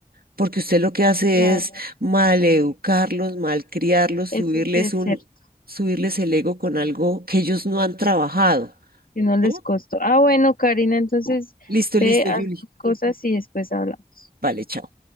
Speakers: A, on the right (about 80°); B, on the left (about 70°).
A: porque usted lo que hace
B: Claro,
A: es maleducarlos, malcriarlos, subirles
B: eso sí es
A: un,
B: cierto.
A: subirles el ego con algo que ellos no han trabajado.
B: que no les
A: ¿Mm?
B: costó. Ah, bueno, Karina, entonces
A: Listo,
B: ve,
A: listo,
B: a
A: Julie.
B: tus cosas y después hablamos.
A: Vale, chao.